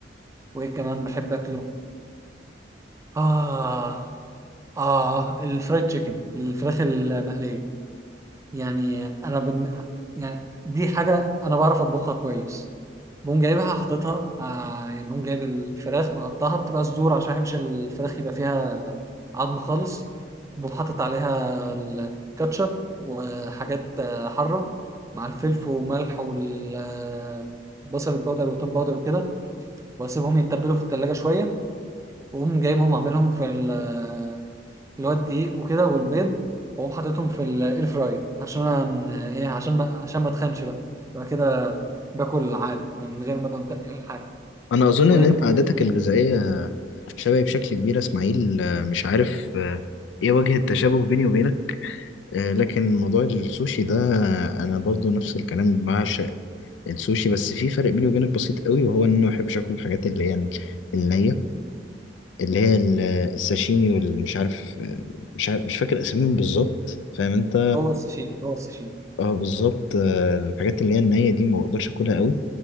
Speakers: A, on the right; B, on the left.
A: وايه كمان بحب اكله اه اه الفرايد تشيكن الفراخ المقليه يعني انا بن... يعني دي حاجه انا بعرف اطبخها كويس بقوم جايبها حاططها ع- بقوم جايب الفراخ مقطعها بتبقى صدور عشان ما بحبش الفراخ يبقى فيها عظم خالص بقوم حاطط عليها الكاتشب وحاجات آه، حاره مع الفلفل وملح والبصل البودر والتوم باودر وكده واسيبهم يتبلوا في التلاجة شويه واقوم جايبهم اعملهم في اللي هو الدقيق وكده والبيض واقوم حاططهم في الاير فراير عشان انا ايه عشان ما عشان ما اتخنش بقى يبقى كده باكل عادي من غير ما ابقى متقل الحاجه
B: أنا أظن
A: وايه
B: إن أنت
A: بقى
B: عاداتك الغذائية شبهي بشكل كبير يا إسماعيل آه، مش عارف آه، إيه وجه التشابه بيني وبينك آه، لكن موضوع السوشي ده آه، أنا برضو نفس الكلام بعشق السوشي بس في فرق بيني وبينك بسيط قوي وهو ان انا ما بحبش اكل الحاجات اللي هي ال- النيه اللي هي ال- الساشيمي والمش عارف مش عارف مش فاكر اساميهم بالظبط فاهم انت
A: هو السوشيمي هو السوشيمي
B: اه بالظبط آه، الحاجات اللي هي النيه دي ما بقدرش اكلها قوي